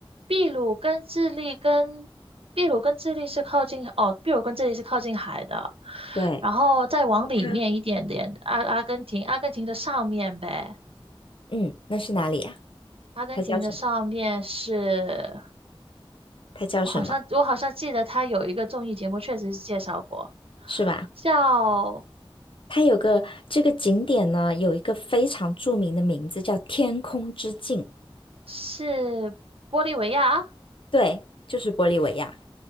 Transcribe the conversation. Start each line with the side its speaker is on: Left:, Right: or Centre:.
Right: 秘鲁跟智利跟秘鲁跟智利是靠近哦，秘鲁跟智利是靠近海的，
Left: 对，
Right: 然后再往里面一点点，
Left: 它，
Right: 阿阿根廷，阿根廷的上面呗，
Left: 嗯，那是哪里呀、
Right: 阿根廷的上面是，
Left: 它叫什么？它叫什么？
Right: 我好像我好像记得它有一个综艺节目，确实是介绍过，
Left: 是吧？
Right: 叫
Left: 它有个这个景点呢，有一个非常著名的名字叫天空之镜。
Right: 是玻利维亚，
Left: 对，就是玻利维亚。